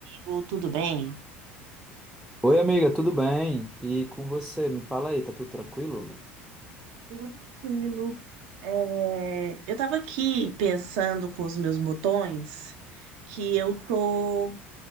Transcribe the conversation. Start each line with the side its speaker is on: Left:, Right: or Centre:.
Right: Lu, Tudo bem?
Centre: Oi, amiga, tudo bem? E com você? Me fala aí, tá tudo tranquilo?
Right: Tudo tranquilo. É, eu estava aqui pensando com os meus botões que eu tô,